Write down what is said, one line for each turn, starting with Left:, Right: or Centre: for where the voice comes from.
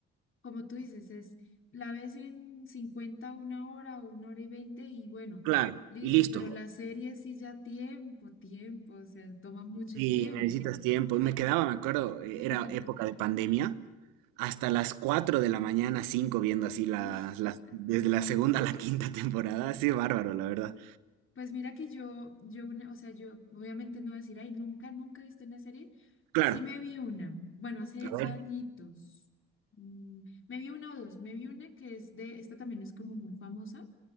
Left: como tú dices, es la ves en 50 una hora o una hora y 20 y bueno,
Right: Claro,
Left: listo,
Right: y listo.
Left: pero la serie sí ya tiempo, tiempo, o sea, toma mucho
Right: Sí,
Left: tiempo.
Right: necesitas tiempo. Me quedaba, me acuerdo, eh,
Left: <laughs>
Right: era época de pandemia, hasta las 4 de la mañana, 5 viendo así las,
Left: Uy, juemadre.
Right: las, desde la segunda a la quinta <laughs> temporada. Así bárbaro, la verdad.
Left: pues mira que yo, yo una, o sea, yo obviamente no voy a decir, ay, nunca, nunca he visto una serie.
Right: Claro,
Left: Sí me vi una, bueno, hace
Right: a
Left: ya
Right: ver,
Left: añitos. Mm, me vi una o dos, me vi una que es de, esta también es como muy famosa,